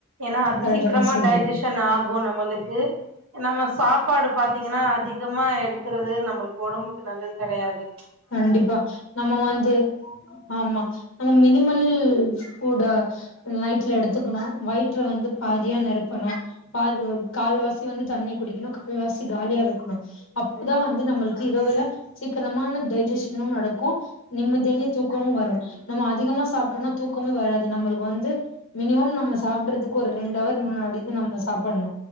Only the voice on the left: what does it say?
கரெக்டா
தா சொல்றீங்க
கண்டிப்பா நம்ம வந்து ஆமா நம்ம மினிமல் கூட நைட்ல எடுத்துக்கணு வயிற்ற வந்து பாதியா நெரப்பணு பாதி கால்வாசி வந்து தண்ணி குடிக்கணு கால்வாசி காலியா வெக்கணு அப்போதா வந்து நம்மளுக்கு இரவுல சீக்கனமான டைஜிஷனு நடக்கு நிம்மதியான தூக்கமும் வரு நம்ம அதிகமா சாப்பிட்டோன்னா தூக்கமே வராது நம்மளுக்கு வந்து மினிமம் நம்ம சாப்பிட்றதுக்கு ஒரு ரெண்டு அவர் முன்னாடி தா நம்ம சாப்பர்ணு